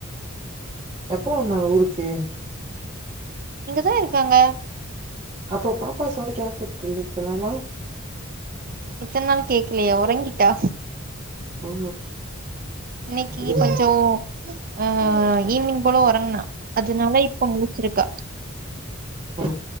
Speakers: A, on the right; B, on the right.
A: எப்போ வந்தாங்க ஊருக்கு
B: தா இருக்காங்க
A: அப்போ பாப்பா சவுண்ட் கேக்கறதில்ல இத்தனாளா
B: இத்தன நாள் கேக்கலையா உறங்கிட்டா
A: ஓ
B: இன்னைக்கி
A: அப்டியா
B: கொஞ்சோ ஆ ஈவினிங் போலோ ஒறங்குனா அதனால இப்ப முழுச்சுருக்கா
A: ஓ